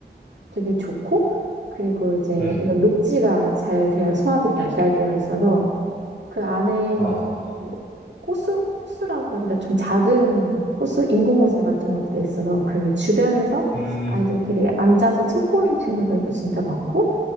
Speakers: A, on the right; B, on the left.
A: 되게 좋고, 그리고 이제
B: 음.
A: 이런 녹지가 잘 되어, 소합이 발달되어 있어서 그 안에
B: 아,
A: 그 호수, 호수라 그러보다 좀 작은 호수, 인공호수 같은 것도 있어서 그 주변에서
B: 음,
A: 아이들끼리 앉아서 책 보는 친구들도 진짜 많고,